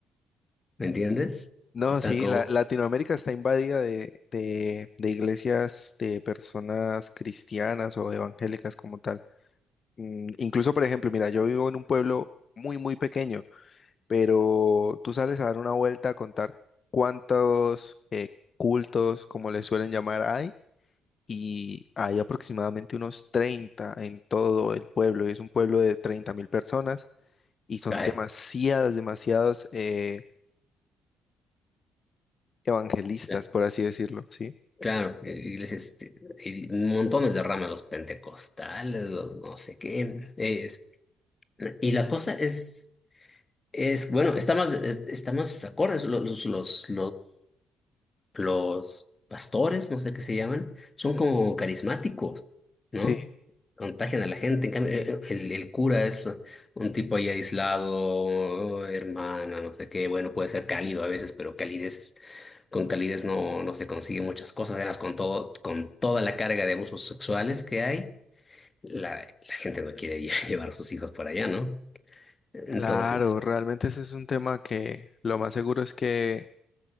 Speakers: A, on the left (about 25°); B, on the left (about 40°).
A: ¿Me entiendes?
B: No,
A: Están
B: sí,
A: como...
B: la, Latinoamérica está invadida de, de, de iglesias de personas cristianas o evangélicas como tal. Mm, Incluso, por ejemplo, mira, yo vivo en un pueblo muy, muy pequeño, pero tú sales a dar una vuelta a contar cuántos eh, cultos, como les suelen llamar, hay y hay aproximadamente unos 30 en todo el pueblo. Es un pueblo de treinta mil personas y son
A: ay,
B: demasiadas, demasiados eh, evangelistas,
A: ya,
B: por así decirlo, ¿sí?
A: claro, eh, iglesias, este, y montones de ramas, los pentecostales, los no sé qué. es- y la cosa es... Es, bueno, está más, es- está más acorde, los, los, los, los pastores, no sé qué se llaman, son como carismáticos, ¿no?
B: Sí,
A: Contagian a la gente. En cambio, eh, eh, el, el cura es un tipo ahí aislado, hermano, no sé qué. Bueno, puede ser cálido a veces, pero calidez, con calidez no, no se consigue muchas cosas. Además, con todo, con toda la carga de abusos sexuales que hay, la, la gente no quiere lle- <laughs> llevar sus hijos por allá, ¿no? Entonces,
B: claro, realmente ese es un tema que lo más seguro es que